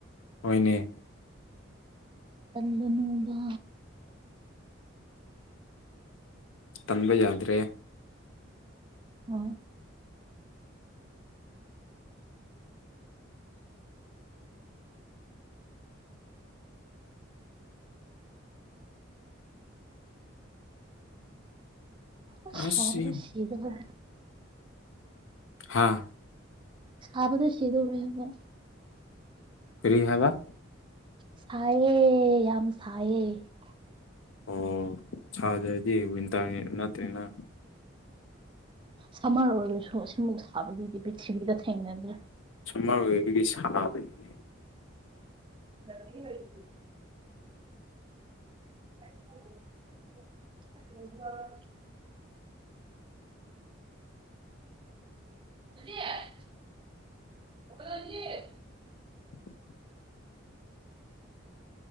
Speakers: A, on the left (about 80°); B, on the right (about 25°).
A: ꯑꯣꯏꯅꯅꯦ
B: ꯇꯜꯅꯣꯕ
A: ꯇꯟꯕ ꯌꯥꯗ꯭ꯔꯦ
B: ꯍꯣꯏ ꯎ ꯑ
A: ꯑꯁ
B: ꯁꯥꯕꯗ ꯁꯤꯗ ꯍ
A: ꯍꯥꯥ
B: ꯁꯥꯕꯗ ꯁꯤꯗꯧꯔꯦ ꯍꯥꯏꯕ
A: ꯐ꯭ꯔꯤ ꯍꯕ
B: ꯁꯥꯏꯌꯦ ꯌꯥꯝ ꯁꯥꯏꯌꯦ
A: ꯑꯣ ꯁꯥꯖꯗꯤ ꯋꯤꯟꯇꯔ ꯅꯠꯇ꯭ꯔꯦꯅ
B: ꯁꯝꯃꯔ ꯑꯣꯏꯔꯁꯨ ꯑꯁꯤꯃꯨꯛ ꯁꯥꯕꯗꯤꯗꯤ ꯄꯤꯔꯤꯊꯤꯕꯤꯒ ꯊꯦꯡꯅꯗ꯭ꯔꯔꯤ
A: ꯃꯔ ꯑꯣꯏꯕꯒꯤ ꯁꯥꯟꯕꯅꯤꯅꯦ
B: ꯔ ꯍꯥꯏꯨ ꯑꯣ <unintelligible>
A: <unintelligible>